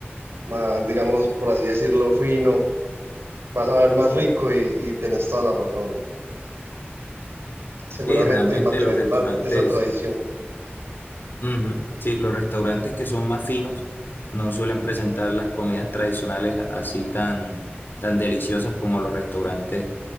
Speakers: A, on the right; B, on the left.
A: más, digamos, por así decirlo, fino, vas a ver más rico y, y tenés toda la razón. Seguramente
B: Y realmente
A: mantener
B: los restaurantes,
A: la- esa tradición,
B: ujú, sí, los restaurantes que son más finos no suelen presentar las comidas tradicionales así tan, tan deliciosas como los restaurantes,